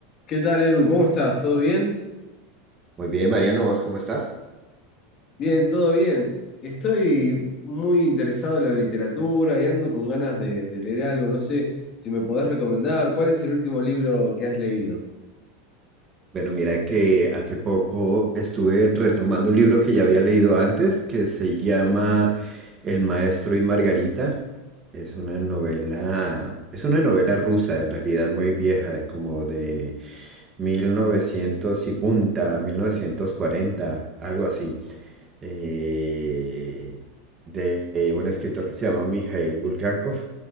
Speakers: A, on the left; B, on the right.
A: ¿Qué tal, Edu? ¿Cómo estás? ¿Todo bien?
B: Muy bien, Mariano, ¿vos cómo estás?
A: Bien, todo bien. Estoy muy interesado en la literatura y ando con ganas de, de leer algo. No sé si me podés recomendar. ¿Cuál es el último libro que has leído?
B: Bueno, mira que hace poco estuve retomando un libro que ya había leído antes, que se llama El maestro y Margarita. Es una novela, es una novela rusa, en realidad muy vieja, de como de 1900 y punta, 1940, algo así. Eh, de un escritor que se llama Mikhail Bulgakov.